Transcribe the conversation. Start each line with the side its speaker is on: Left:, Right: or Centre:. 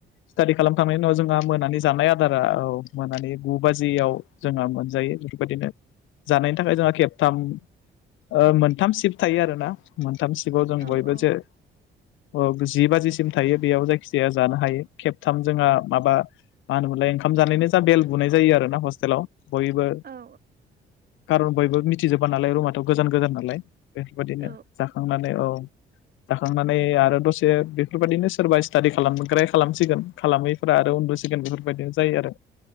Left: स्टाडि खालामखांनायनि उनाव जोंहा मोनानि जानाय आदारा औ मोनानि गु बाजियाव जोंहा मोनजायो बेफोरबायदिनो जानायनि थाखाय जोंहा खेबथाम ओ मोनथाम सिफ्ट थायो आरोना मोनथाम सिबाव जों
Right: औ
Left: बयबो जे ओ जि बाजिसिम थायो बेयाव जायखिजाया जानो हायो खेबथाम जोंहा माबा मा होनोमोनलाय ओंखाम जानायनि जा बेल बुनाय जायो आरो ना हस्टेलाव बयबो
Right: औ
Left: कारन बयबो मिथिजोबा नालाय रुमाथ' गोजान गोजान नालाय बेफोरबायदिनो
Right: औ
Left: जाखांनानै औ जाखांनानै आरो दसे बेफोरबायदिनो सोरबा स्टाादि खालामग्राया खालामसिगोन खालामैफोरा आरो उन्दुसिगोन बेफोरबायदिनो जायो आरो